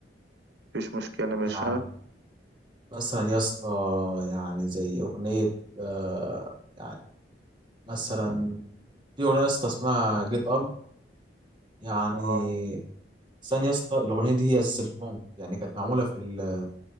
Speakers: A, on the right; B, on the right.
A: مفيش مشكله يا باشا
B: يعني مثلا يا اسطى يعني زي أغنية آه، يعني مثلا في أغنية يا اسطى اسمها جيت أب يعني
A: اه
B: ثانية يا اسطى الأغنية دي هي أساس الفونك يعني كانت معمولة في ال-